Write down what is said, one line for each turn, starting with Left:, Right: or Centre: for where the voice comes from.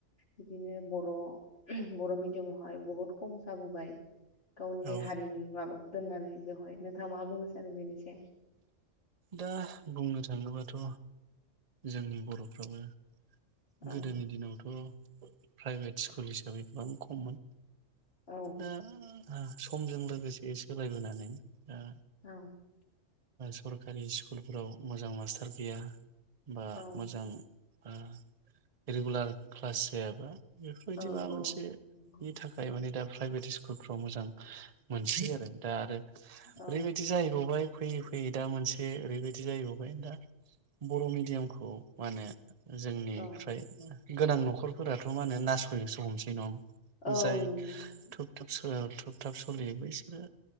Left: बिदिनो बर बर मिडियामावहाय बहुत खम जाबोबाय गावनि
Right: औ
Left: हारिनि माबाखौ दोननानै बेवहाय नोंथाङा मा बुंनो सानो बेनि सायाव?
Right: दा बुंनो थाङोबाथ जोंनि बरफ्राबो
Left: औ
Right: गोदोनि दिनावथ प्राइभेट स्कुल हिसाबै गोबां खममोन
Left: औ
Right: दा समजों लोगोसे सोलायबोनानै दा
Left: औ
Right: सरकारि स्कुलफोराव मोजां मास्टार गैया। बा
Left: औ
Right: मोजां आ रेगुलार क्लास जायाबा बेफोरबायदि
Left: औ
Right: माबा मोनसेनि
Left: नंगौ
Right: थाखाय माने दा प्राइभेट स्कुलफ्राव मोजां मोनसै आरो दा आरो
Left: औ
Right: ओरैबायदि जाहैबावबाय फैयै फैयै दा मोनसे ओरैबायदि जाहैबावबाय दा बर मिडियामखौ मानो जोंनि
Left: औ
Right: गोनां नखरफोराथ मा होनो नासयनोसो हमसै नङा ओमबा।
Left: औ
Right: जाय
Left: नंगौ नोंथां
Right: थुप थाप सो ओ थुब थाब सलियो बैसोरो